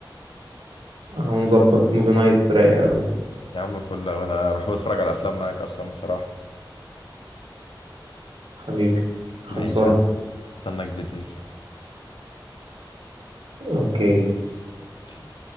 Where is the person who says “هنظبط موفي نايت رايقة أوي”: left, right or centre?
Right